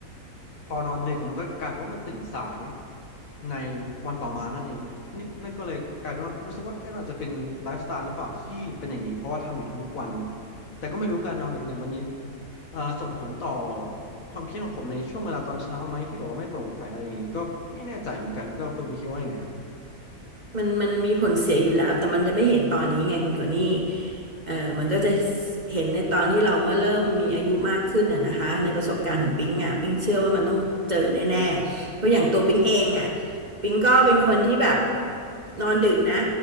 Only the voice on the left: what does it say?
พอนอนดึกอะมันก็กลายเป็นว่ามันตื่นสายในวันต่อมานั่นเองนี่นั่นก็เลยกลายเป็นว่ารู้สึกว่าเอ๊ะอาจจะเป็นไลฟ์สไตล์หรือเปล่าที่เป็นอย่างนี้เพราะว่าทำอยู่ทุกๆวันแต่ก็ไม่รู้การนอนดึกเนี่ยมันมีเอ่อส่งผลต่อความคิดของผมในช่วงเวลาตอนเช้าไหมที่บอกว่าไม่โปร่งใสอะไรอย่างนี้ก็ไม่แน่ใจเหมือนกันก็คุณพี่คิดว่ายังไงครับ